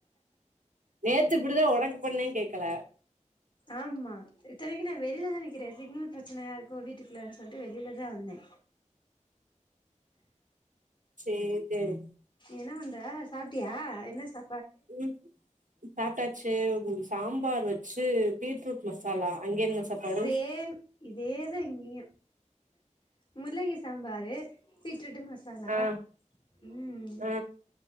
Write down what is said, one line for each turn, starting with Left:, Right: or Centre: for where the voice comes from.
Right: நேத்து இப்டிதா ஒனக்கு பண்ணே கேக்கல
Left: ஆமா இத்தனைக்கு நா வெளிலதா நிக்கிற சிக்னல் பிரச்சனையா இருக்கோ வீட்டுக்குள்ள சொல்ட்டு வெளில தா வந்தே
Right: சேரி தெர்
Left: என்ன பண்ற சாப்டியா என்ன‌ சா
Right: ம் சாப்டாச் டு சாம்பார் வச்சு பீட்ரூட் மசாலா அங்க என்ன சாப்பாடு
Left: சேம் இதேதா இங்கயு முள்ளங்கி சாம்பாரு பீட்ரூட்டு மசாலா
Right: ஆ
Left: ம்
Right: ஆ